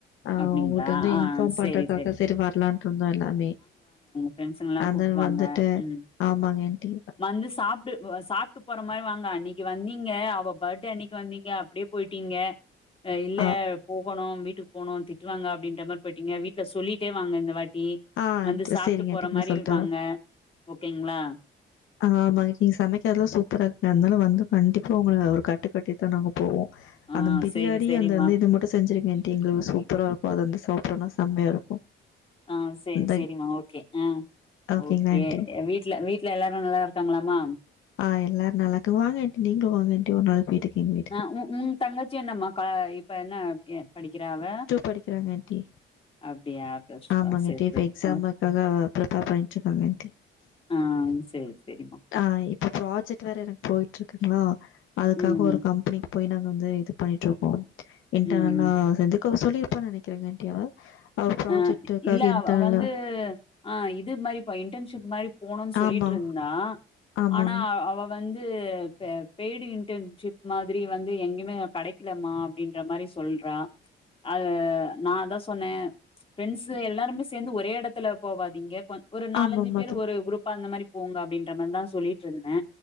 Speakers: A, on the left; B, on the left.
A: அ
B: அப்டிங்களா
A: உங்குல்ட்ட வந்து
B: ஆ
A: இன்ஃபார்ம்
B: சேரி
A: பண்றக்காக சேரி வரலான்டு இருந்தோ எல்லாமே
B: ப்ரெண்ட்ஸுங்கல்லா
A: அண்ட்
B: கூப்ட்டுவாங்க
A: தென் வந்துட்டு
B: ம்
A: ஆமாங்க ஆன்ட்டி
B: வந்து சாப்டு சாப்ட்டுப் போற மாரி வாங்க அன்னிக்கி வந்தீங்க அவ பர்த்டே அன்னிக்கி வந்தீங்க அப்டியே போயிட்டீங்க அ இல்ல
A: ஆ
B: போகணு வீட்டுக் போனோ திட்டுவாங்க அப்டின்ற மாரி போயிட்டீங்க வீட்ல சொல்லிட்டே வாங்க இந்த வாட்டி
A: ஆ
B: வந்து
A: ஆண்டி,
B: சாப்ட்டு
A: சரிங்க
B: போற
A: ஆண்டி
B: மாரி
A: நான் சொல்ட்டு
B: வாங்க
A: வரேன்
B: ஓகேங்ளா
A: ஆமாங்க நீங்க சமைக்கரதெல்லா சூப்பரா இருக்குங்க அதனால வந்து கண்டிப்பா உங்கள ஒரு கட்டுக்கட்டி தா நாங்க போவோ
B: ஆ
A: அந்த பிரியாணி
B: சேரி சேரிம்மா
A: அந்த இந்த இது மட்டு செஞ்சிருங்க ஆன்ட்டு எங்களுக்கு சூப்பரா இருக்கு அத வந்து சாப்டோன்னா செம்மையா இருக்கும்
B: ஆ செரி
A: இந்த
B: செரிமா ஓகே ஆ
A: ஓகேங்களா
B: ஓகே
A: ஆன்ட்டி?
B: வீட்ல வீட் ட்ல எல்லாரு நல்லாருக்காங்களாமா
A: ஆ எல்லாரு நல்லார்காங்க வாங்க ஆண்டி நீங்களு வாங்க ஆன்ட்டி ஒரு நாள் வீட்டுக்கு எங்வீட்
B: ஆ உ உம் தங்கச்சி என்னம்மா கா இப்ப என்ன படிக்கிறா அவ
A: படிக்கிறாங்க ஆன்ட்டி.
B: அப்டியா ப்ளஸ்டூவா
A: ஆமாங்க
B: சேர்
A: ஆன்ட்டி.
B: செரி
A: இப்ப எக்ஸாமுக்காக
B: அ
A: ப்ரிப்பேர் பண்ணிட்டுருக்காங்க ஆன்ட்டி.
B: ஆ செரி செரிமா
A: ஆ இப்ப ப்ராஜெக்ட் வேற எனக்கு போயிட்ருக்குங்ளா அதுக்காக
B: ம்
A: ஒரு கம்பெனி போய் நாங்க வந்து இது பண்ணிட்ருக்கோ இன்டர்னலா
B: ம்
A: சேந்து க சொல்லிருப்பா நெனைக்கிறேங்க ஆன்ட்டி அவ அவ ப்ராஜெக்ட்டுக்காக
B: அ இல்ல
A: இன்டர்னலா
B: அவ வந்து ஆ இது மாரி ப இன்டர்ன்ஷிப் மாரி போனோன் சொல்லிட்ருந்தா
A: ஆமா ஆமாங்க
B: ஆனா அவ வந்து பெ பெய்டு இன்டன்ஷிப் மாதிரி வந்து எங்கிமே கெடைக்கிலமா அப்டின்ற மாரி சொல்றா அத நா அதா சொன்ன ஃப்ரண்ட்ஸு எல்லாருமே சேந்து ஒரே எடத்துல போவாதீங்க கொஞ் ஒரு நாலஞ்சு
A: ஆமாமா
B: பேரு
A: த
B: ஒரு குரூப் பா அந்த மாரி போங்க அப்டின்ற மாரிதா சொல்லிட்ருந்தே